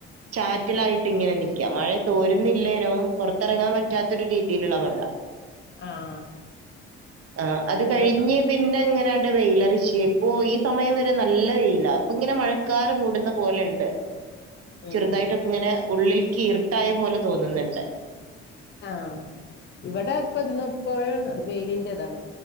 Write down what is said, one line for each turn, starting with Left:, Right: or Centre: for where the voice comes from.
Right: ചാറ്റൽ ആയിട്ട് ഇങ്ങനെ നിൽക്കാ, മഴ തോരുന്നില്ലനോ പൊറത്ത് ഇറങ്ങാൻ പറ്റാത്തൊരു രീതിയിലുള്ള മഴ.
Left: ആഹ്.
Right: ആഹ്, അത് കഴിഞ്ഞ്.
Left: ഇവ
Right: പിന്നെ, അങ്ങനാണ്ട് വെയിലറിച്ച് പോയി. സമയം വരെ നല്ല വെയിലാ. ഇപ്പ ങ്ങനെ മഴക്കാറ് മൂട്ന്നപോലെണ്ട്.
Left: ഉം
Right: ചെറ്തായിട്ട് - ങ്ങനെ, ഉള്ളിൽക്ക് ഇരുട്ടായ പോലെ തോന്നുന്നുണ്ട്.
Left: ആഹ്, ഇവടെ ഇപ്പൊ ഇന്ന് ഇപ്പോഴും വെയിലി ന്റെതാണ്.